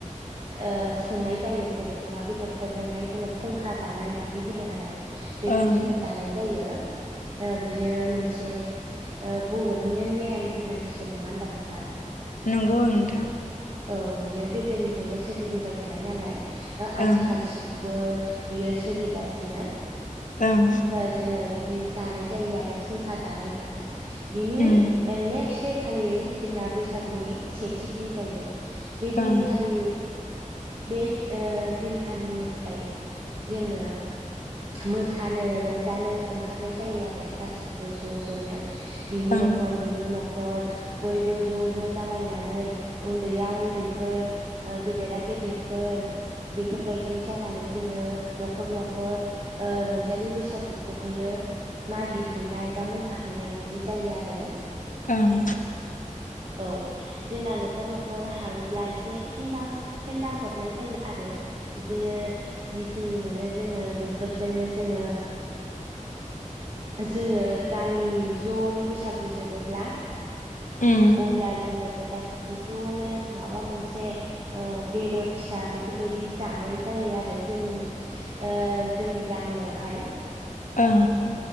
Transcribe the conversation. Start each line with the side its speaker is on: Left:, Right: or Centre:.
Right: ओ संनाय जायो जेरै अमा बेदरफोरजोंहाय जोङो फुंखा जानाय बिदि होनो आरो बेखौ
Left: ओं
Right: जोङो जानाय जायो ओ बियो मोनसे ओ बर'निनो नेम होननांसिगोन नङा होनबा नोंथां?
Left: नंगौ ओं नोंथां
Right: औ बियो गोदोनिफायनो सोलिबोबाय थानाय नालाय ओ आथिखालसिमबो
Left: ओं
Right: बियो सोलिगासिनो
Left: ओं
Right: ओ जोङो बि दि जानाय जायो आरो फुंखा जानाय बिनि
Left: उम
Right: ओ नेक्स्ट देखालि जोंना बैसागुनि सेथि दिन जायो बेदिन
Left: ओं
Right: खालि बे ओ दिनखालिनिफ्राय जोङो मो सानो रंजानो ओंखारनाय जायो आरो गासिबो ज' ज'नो बिनि
Left: ओं
Right: न'खर बिनि न'ख खर बयबो ज' ज' जालनानै उनदैया उनदैफोर ओ गेदेरा गेदेरफोर बेफोरबायदि जानानै जोङो न'खर न'खर ओ रं जालि बैसागुखौहायो मागि हैैनाय बा मोसाहैनाय बिदि जायो आरो
Left: ओं
Right: औ जोंना न'खर न'खर हाबोब्ला एसे खेन्दा खेन्दा हरनाय जायो आरो बिदिनो जिखिनि मोनो जोङो बेफोरजोंनो जोङो जोङो गामिनि ज'नो बैसागु जोबोब्ला
Left: उम
Right: अब्ला जोङो गासिबो ज'नो माबा मोनसे बेदर फिसा बेफोरबायदि जानाय जायो आरो जोंनि आ जोंनि गामियावहाय
Left: ओं